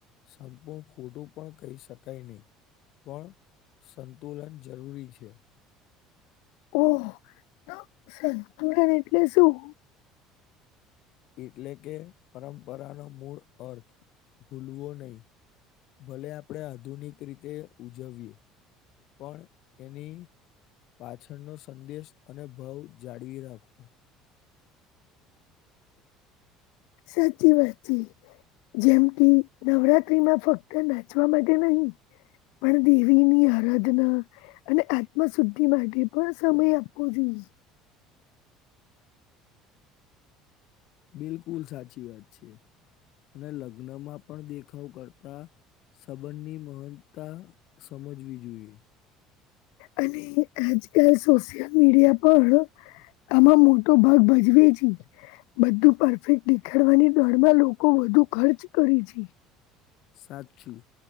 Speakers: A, on the left (about 45°); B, on the left (about 75°).
A: સંપૂર્ણ ખોટું પણ કહી શકાય નહી. પણ સંતુલન જરૂરી છે.
B: ઓ તો સંતુ એટલે શું
A: એટલે કે પરંપરાનો મૂળ અર્થ ભૂલવો નહી ભલે આપણે આધુનિક રીતે ઉજવીએ પણ એની પાછળનોો સંદેશ અને ભાવ જાળવી રાખવો
B: સાચી વાતી જેમ કે નવરાત્રીમાં ફક્ત નાચવા માટે નહી. પણ દેવીની આરાધના અને આત્મ શુદ્ધિ માટે પણ સમય આપવો જોઈએ
A: બિલકુલ સાચી વાત છે અને લગ્નમાં પણ દેખાવ કરતા સંબંધની મહાનતા સમજવી જોઈએ.
B: અને આજકાલ સોશિયલ મીડિયા પણ આમાં મોટો ભાગ ભજવે છે. બધું પરફેક્ટ દેખાડવાની દોડમાં લોકો વધુ ખર્ચ કરીે છે.
A: સાચું